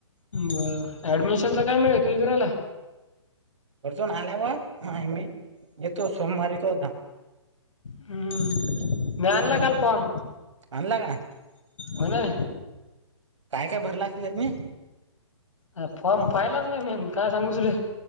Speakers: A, on the left; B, on the right.
A: बर ऍडमिशनच काय मिळेल काही करायला.
B: खर्जून आल्यावर नाही मी येतो सोमवारी तो आता.
A: हम्म मनलागाल
B: हम्म
A: पम.
B: आणला का?
A: हो ना.
B: काय काय भर लागती त्यात मी?
A: अ फॉर्म पाहिलाच नाही मी, अन काय सांगू तुझ